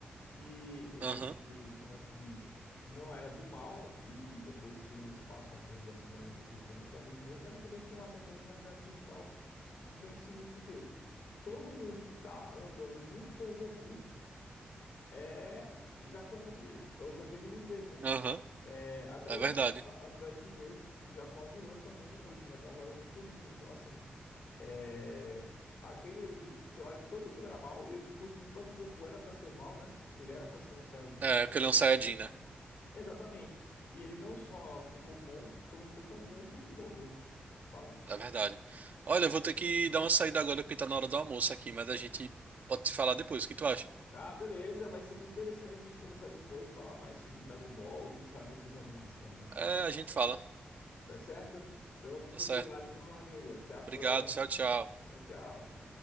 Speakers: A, on the left; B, on the right.
A: Que ele,
B: Aham,
A: como é que se diz? Não era do mal. E depois que eles passam assim, os anos treinando junto, eles ficam muito amigos mesmo. Mas no começo tinha uma certa rivalidadezinha e tal. Então isso significa o quê? Todo mundo que tá andando junto com o Goku É, já foi amigo dele, ou já foi inimigo dele, né?
B: aham.
A: É, até
B: É
A: o
B: verdade.
A: a- Android dezoito que já foi uma vilã também, hoje em dia é casada com o Kuririn. Então, assim, é, aquele ali, to- ali, todo mundo era mal, e inclusive o próprio Goku era pra ser mal, né? Que ele era pra ser um Saiyajin,
B: É, porque ele é um Saiyajin, né?
A: né? Exatamente. E ele não só ficou bom, como ele foi tão bom que ele mudou os outros, sabe?
B: É verdade. Olha, eu vou ter que dar uma saída agora porque tá na hora do almoço aqui, mas a gente pode se falar depois. O que tu acha?
A: Ah, beleza, vai ser muito interessante a gente conversar depois, falar mais sobre Dragon Ball, quem sabe outros animes também.
B: É, a gente fala.
A: Tá certo? Então, muito
B: Tá certo.
A: obrigado, meu amigo. Até a próxima.
B: Obrigado. Tchau, tchau.
A: Tchau, tchau.